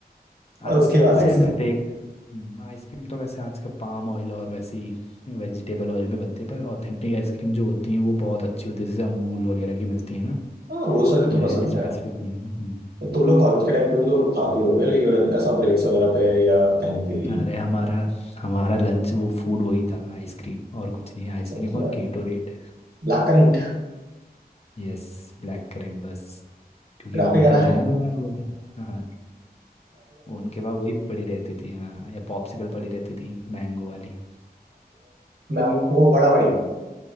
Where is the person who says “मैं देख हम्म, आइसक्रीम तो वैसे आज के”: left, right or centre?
Left